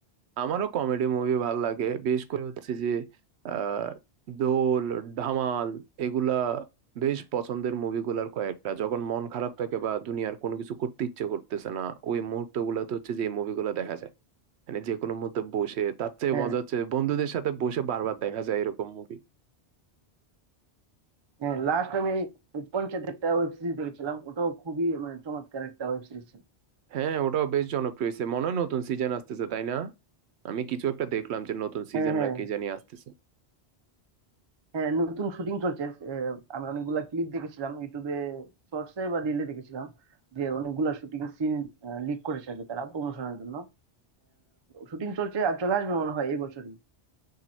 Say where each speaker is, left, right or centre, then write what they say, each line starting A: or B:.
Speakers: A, on the right (about 75°); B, on the right (about 40°).
A: আমারও কমেডি মুভি ভাল লাগে বেশ করে হচ্ছে যে আহ দোল ধামাল এগুলা বেশ পছন্দের মুভিগুলার কয়েকটা যখন মন খারাপ থাকে বা দুনিয়ার কোনো কিছু করতে ইচ্ছে করতেছে না ওই মুহূর্ত গুলাতে হচ্ছে যে এই মুভিগুলো দেখা যায় মানে যে কোনো মুহূর্তে বসে তার চেয়ে
B: হ্যাঁ
A: মজা হচ্ছে বন্ধুদের সাথে বসে বারবার দেখা যায় এরকম মুভি
B: হ্যাঁ লাস্ট আমি ওই পঞ্চায়েত একটা ওয়েব সিরিজ দেখেছিলাম ওটাও খুবই মানে চমৎকার একটা ওয়েব সিরিজ ছিল
A: হ্যাঁ ওটাও বেশ জনপ্রিয় হয়েছে মনে হয় নতুন সিজন আসতেছে তাই না আমি কিছু একটা দেখলাম যে নতুন সিজন
B: হ্যাঁ হ্যাঁ
A: না কি জানি আসতেছে
B: হ্যাঁ নতুন শুটিং চলছে আহ, আমি অনেকগুলা ক্লিপ দেখেছিলাম ইউটিউবে শর্টসে বা রিলে দেখেছিলাম যে অনেকগুলা শুটিং সিন লিক করেছে আর কি তারা প্রমোশনের জন্য শুটিং চলছে আর চলে আসবে মনে হয় এই বছরই